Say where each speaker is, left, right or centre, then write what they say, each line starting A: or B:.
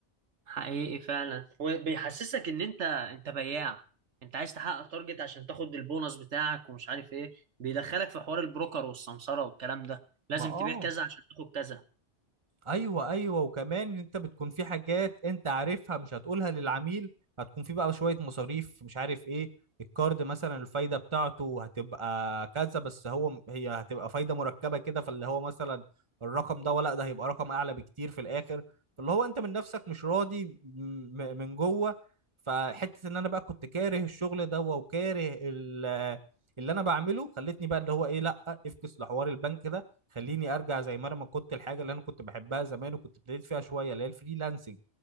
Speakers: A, on the right; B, on the right.
A: حقيقي فعلا وبيحسسك ان انت انت بياع انت عايز تحقق تارجت عشان تاخد البونص بتاعك ومش عارف ايه بيدخلك في حوار البروكر والسمسرة والكلام ده لازم
B: ما اه
A: تبيع كذا عشان تاخد كذا
B: ايوه ايوه وكمان انت بتكون في حاجات انت عارفها مش هتقولها للعميل هتكون في بقى شويه مصاريف مش عارف ايه الكارد مثلا الفايده بتاعته هتبقى كذا بس هو م- هي هتبقى فايده مركبه كده فاللي هو مثلا الرقم ده ولا ده هيبقى رقم اعلى بكتير في الاخر فاللي هو انت من نفسك مش راضي م- م- من جوه فحته ان انا بقى كنت كاره الشغل ده وكاره ال- اللي انا بعمله خلتني بقى اللي هو ايه لا افكس لحوار البنك ده خليني ارجع زي ما انا ما كنت الحاجه اللي انا كنت بحبها زمان وكنت ابتديت فيها شويه اللي هي الفريلانسنج